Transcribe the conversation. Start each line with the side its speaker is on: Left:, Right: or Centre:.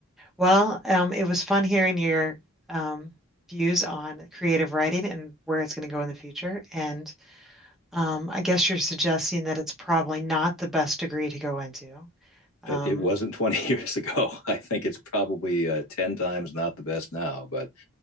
Centre: Well, um, it was fun hearing your um, views on creative writing and where it's going to go in the future. And um, I guess you're suggesting that it's probably not the best degree to go into. Um,
Left: it wasn't 20 <laughs> years ago. I think it's probably uh, 10 times not the best now. But